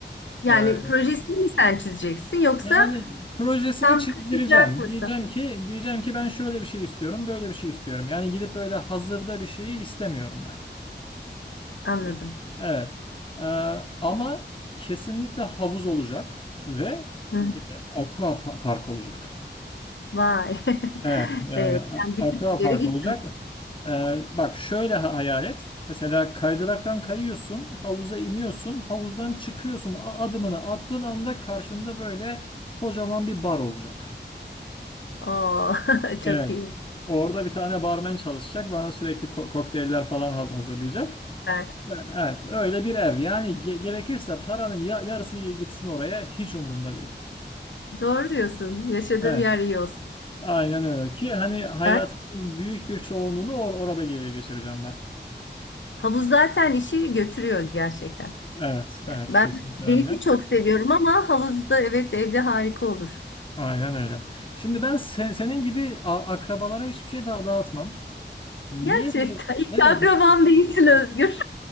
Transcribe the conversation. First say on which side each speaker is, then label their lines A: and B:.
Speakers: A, on the left (about 80°); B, on the left (about 25°).
A: Yani
B: Ee,
A: projesini mi sen çizeceksin yoksa
B: Yani projesini
A: tam
B: çizdireceğim.
A: takılacak mısın?
B: Diyeceğim ki diyeceğim ki ben şöyle bir şey istiyorum, böyle bir şey istiyorum. Yani gidip böyle hazırda bir şeyi istemiyorum ben.
A: Anladım.
B: Yani, Evet. Ee, ama kesinlikle havuz olacak ve
A: Hı hı.
B: e, aqua pa- park olacak.
A: Vay. <laughs>
B: Evet, yani
A: Ee, sen bir
B: e, aqua
A: tık ileri
B: park
A: gittim.
B: olacak. Ee, bak şöyle ha- hayal et. Mesela kaydıraktan kayıyorsun, havuza iniyorsun, havuzdan çıkıyorsun. A- adımını attığın anda karşında böyle kocaman bir bar olacak.
A: Oo, <laughs>
B: Evet.
A: çok iyi.
B: Orada bir tane barmen çalışacak. Bana sürekli ko- kokteyller falan haz- hazırlayacak.
A: Süper.
B: Evet, öyle bir ev. Yani ge- gerekirse paranın ya- yarısı gitsin oraya hiç umurumda değil.
A: Doğru diyorsun. Yaşadığım
B: Evet,
A: yer iyi olsun.
B: aynen öyle ki hani hayatımın
A: Ha,
B: büyük bir çoğunluğunu or- orada ge- geçireceğim ben.
A: Havuz zaten işi götürüyor gerçekten.
B: Evet, evet
A: Ya, ben
B: kesinlikle
A: denizi
B: öyle.
A: çok seviyorum ama havuzda evet evde harika olur.
B: Aynen öyle. Şimdi ben sen- senin gibi a- akrabalara hiçbir şey daha dağıtmam. Niye
A: Gerçekten.
B: diye?
A: <laughs> İlk
B: Evet.
A: akrabam değilsin Özgür.